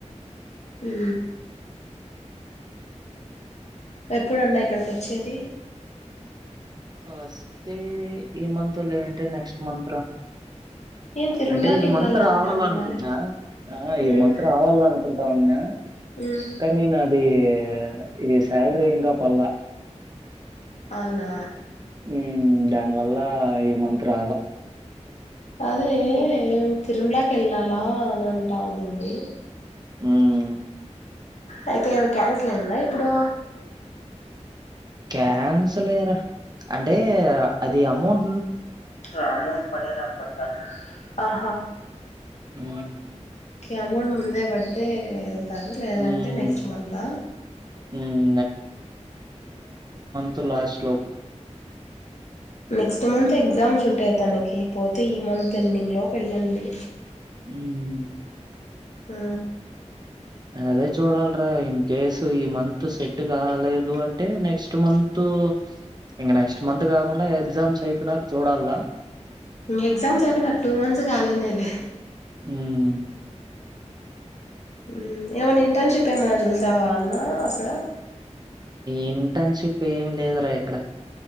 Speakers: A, on the left (about 65°); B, on the right (about 35°).
A: ఉ ఎప్పుడన్నా ఇక్కడికి వచ్చేది.
B: వస్తే ఈ మంత్ లేదంటే నెక్స్ట్ మంత్ రా.
A: నేను తిరుమలకి
B: అంటే ఈ
A: వెళ్ళాలంట
B: మంత్ రావాల
A: అన్నారే
B: అనుకున్నా ఆ
A: మ్మ్
B: ఈ మంత్ రావాల అనుకుంటా ఉండినా
A: మ్మ్
B: కానీ నాది ఆ ఇది సాలరీ ఇంకా పల్లా
A: అవునా.
B: హ్ దానివల్ల ఈ మంతురాల.
A: అదే తిరుమలాకి వెళ్ళాలా అని అంటా ఉండింది.
B: హ్మ్
A: అయితే క్యాన్సిల్ అయిందా ఇప్పుడు.
B: క్యాన్సల్ ఏరా. అంటే అది అమౌం
A: ఆ అమౌంట్ పడే దాని బట్టిరా ఆహా
B: హ్
A: ఒకే అమౌంట్ ముందే పడతే ఎల్ తారు లేదంటే
B: ఉమ్
A: నెక్స్ట్ మంత్ ఆ
B: ఉమ్ త్ లాస్ట్ లోపు.
A: నెక్స్ట్ మంత్ ఎగ్జామ్స్ ఉంటాయి తనకి పోతే ఈ మంత్ ఎండింగ్ లోపు వెళ్ళండి.
B: ఉమ్
A: ఆ
B: అదే చూడాలరా ఇన్ కేస్ ఈ మంత్ సెట్ కాలేదు అంటే నెక్స్ట్ మంత్ ఇంగ నెక్స్ట్ మంత్ కాకుండా ఎగ్జామ్స్ అయిపో నాక చూడాల
A: ఇంగ ఎక్సామ్స్ అయిపోనా టూ మంత్స్ కాలినేలే
B: ఉమ్
A: ఉమ్ ఏమైన్నా ఇంటర్న్షిప్ ఏమనా జూసావా అన్నా అక్కడ
B: ఇంటర్న్షిప్ ఏమి లేదురా ఇక్కడ